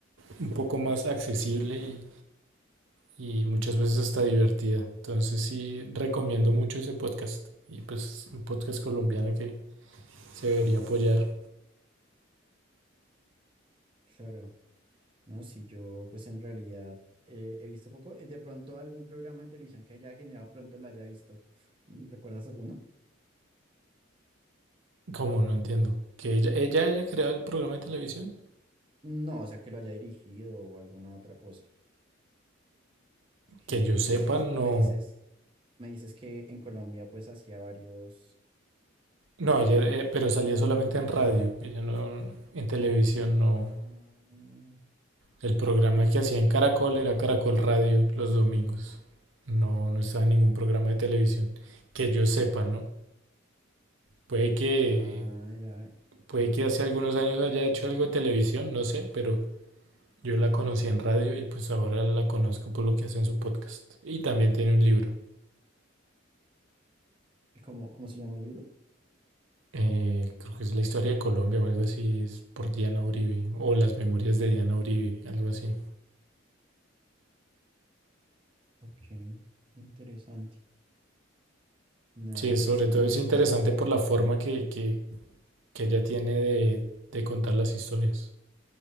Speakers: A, on the right; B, on the right.
A: un poco más accesible y, y muchas veces hasta divertida. Entonces sí, recomiendo mucho ese podcast y pues un podcast colombiano que se debería apoyar.
B: claro. No, si yo pues en realidad eh, he visto poco. Eh, De pronto algún programa de televisión que haya generado pronto lo haya visto. Mm, ¿Recuerdas alguno?
A: Como no entiendo, que ella, ella haya creado el programa de televisión,
B: No, o sea, que lo haya dirigido o alguna otra cosa. Que,
A: que yo sepa,
B: que pues,
A: no.
B: me dices, me dices que en Colombia pues hacía varios...
A: No, ella, eh, pero salía solamente en radio, ella no, en televisión no,
B: Ah,
A: El programa que hacía en Caracol era Caracol Radio los domingos. No, no estaba en ningún programa de televisión. Que yo sepa, ¿no? Puede que,
B: ah, era...
A: puede que hace algunos años haya hecho algo de televisión, no sé, pero yo la conocí en radio y pues ahora la conozco por lo que hace en su podcast. Y también tiene un libro.
B: ¿y ¿Cómo, cómo se llama el libro?
A: Eh, creo que es la historia de Colombia o algo así, es por Diana Uribe, o las memorias de Diana Uribe, algo así.
B: Ok, interesante. Nada,
A: Sí, sobre
B: pues sí,
A: todo
B: pues
A: es interesante
B: lo...
A: por la forma que, que, que ella tiene de, de contar las historias.